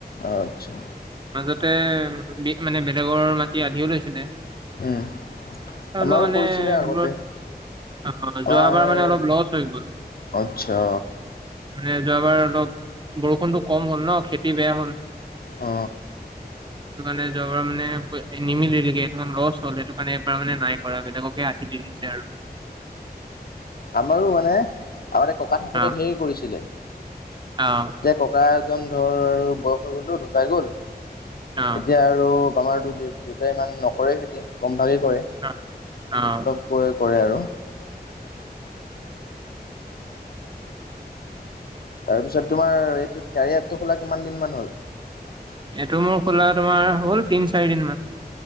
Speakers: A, on the left (about 65°); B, on the right (about 30°).
A: আচ্ছা।
B: মাজতে বিঘ মানে বেলেগৰ মাটি আধিও লৈছিলে।
A: উম।
B: হ'লেও
A: আমাৰো
B: মানে
A: কৰিছেনে আগতে
B: সেইবোৰত অ যোৱাবাৰ
A: আমাৰ।
B: মানে অলপ লচ হৈ গ'ল
A: আচ্ছা।
B: মানে যোৱাবাৰ অলপ বৰষুণটো কম হ'ল নহ খেতি বেয়া হ'ল।
A: অ
B: <inaudible> সেইটো কাৰণে যোৱাবাৰ মানে নিমিলিলগে <unintelligible> লছ হ'ল সেইটো কাৰণে এবাৰ মানে নাই কৰা বেলেগকে আধি। দিছে আৰু।
A: আমাৰো মানে আগতে ককা থাকোঁতে
B: অ
A: ধেৰ কৰিছিলে।
B: অ
A: এতিয়া ককা এজন ধৰ আৰু বয়স হৈ গ'লটো ঢুকাই গ'ল
B: অ
A: এতিয়া আৰ আৰু আমাৰ দেউতাই ইমান নকৰে খেতি কমভাগেই কৰে।
B: অ, অ।
A: <unintelligible> কৰে আৰু। তাৰপিছত তোমাৰ এইটো কাৰইয়া এপটো খোলা কিমান দিন মান হ'ল।
B: এইটো মোৰ খোলা তোমাৰ হ'ল তিনি চাৰি দিন মান।